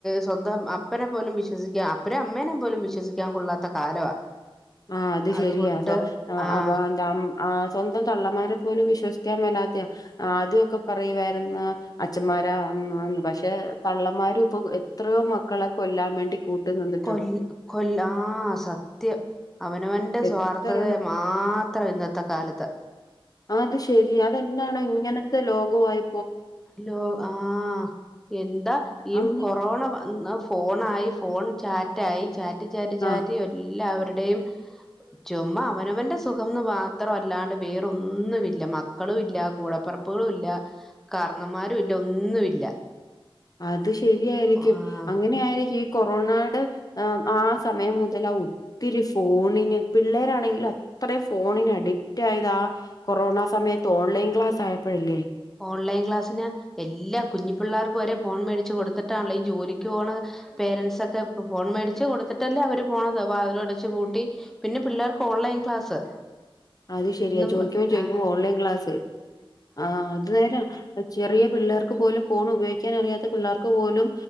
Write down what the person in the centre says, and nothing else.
സ്വന്തം അപ്പനെ പോലും വിശ്വസിക്കാം അപ് ഒരമ്മേനെ പോലും വിശ്വസിക്കാൻ കൊള്ളാത്ത കാലവാ
അതുകൊണ്ട്
ആഹ്
കൊല്ല കൊല്ലാ ആഹ് സത്യം അവനവന്റെ
സ്വാർത്ഥതയെ മാത്രാ ഇന്നത്തെ കാലത്ത്
ലോ ആഹ് എന്താ ഈ
കൊറോണ വന്ന ഫോണായി ഫോൺ ചാറ്റായി ചാറ്റ് ചാറ്റ് ചാറ്റ്
എല്ലാവരുടെയും ചുമ്മ അവനവന്റെ സുഖംന്ന് മാത്ര അല്ലാണ്ട് വേറൊന്നുവില്ല മ മക്കളും ഇല്ല കൂടപ്പറപ്പുകളും ഇല്ല കാരണന്മാരു ഇല്ല ഒന്നൂല്ല
ആ
ഓൺലൈൻ ക്ലാസ്സിന് എല്ലാ കുഞ്ഞി പിള്ളേർക്കും വരെ ഫോൺ മേടിച്ച് കൊടുത്തിട്ടാണല്ലെ ഈ ജോലിക്ക് പോണ പേരെന്റ്സ് ഒക്കെ ഫോൺ മേടിച്ച് കൊടുത്തിട്ടല്ലേ അവര് പോണത് വാതിലും അടച്ചുപൂട്ടി പിന്നെ പിള്ളേർക്ക് ഓൺലൈൻ ക്ലാസ്
എന്നും
ആഹ്